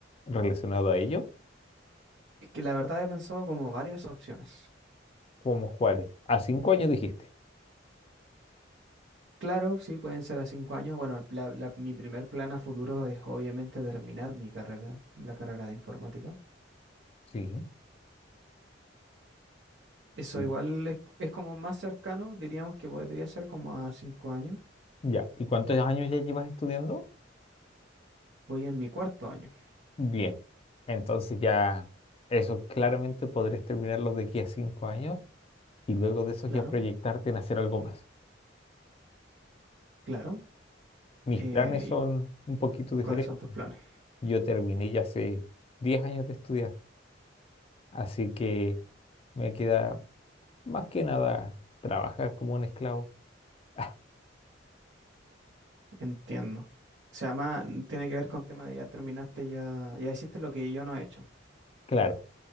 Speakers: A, on the left; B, on the right.
A: relacionado a ello?
B: Es que la verdad he pensado como varias opciones.
A: ¿Cómo cuáles? A cinco años dijiste.
B: Claro, sí, pueden ser a cinco años. Bueno, el pla- la- mi primer plan a futuro es obviamente terminar mi carrera, la carrera de informática.
A: Sí.
B: Eso
A: Y-
B: igual es, es como más cercano, diríamos que podría ser como a cinco años.
A: Ya. ¿Y cuántos años ya llevas estudiando?
B: Voy en mi cuarto año.
A: Bien. Entonces ya eso claramente podrías terminarlo de aquí a cinco años y luego de eso
B: Claro,
A: ya proyectarte en hacer algo más.
B: claro.
A: Mis
B: Eh,
A: planes son
B: ¿y
A: un poquito diferentes.
B: ¿cuáles son tus planes?
A: Yo terminé ya hace 10 años de estudiar, así que me queda más que nada trabajar como un esclavo. <laughs>
B: Entiendo. O sea, más tiene que ver con tema de ya terminaste, ya, ya hiciste lo que yo no he hecho.
A: Claro,